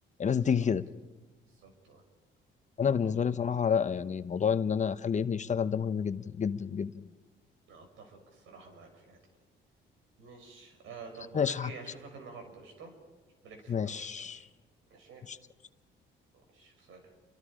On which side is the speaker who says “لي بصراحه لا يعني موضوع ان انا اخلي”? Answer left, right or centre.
Left